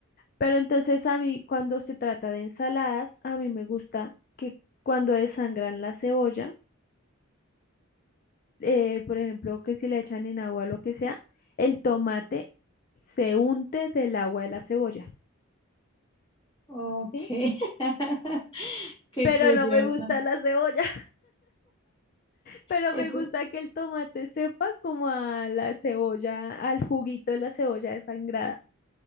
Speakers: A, on the left; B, on the left.
A: Pero entonces a mí, cuando se trata de ensaladas, a mí me gusta que cuando desangran la cebolla, eh, por ejemplo, que si le echan en agua o lo que sea, el tomate se unte del agua de la cebolla,
B: Ok,
A: ¿sí?
B: <laughs> qué
A: Pero
B: curioso.
A: no me gusta la cebolla. Pero
B: Eso,
A: me gusta que el tomate sepa como a la cebolla, al juguito de la cebolla desangrada.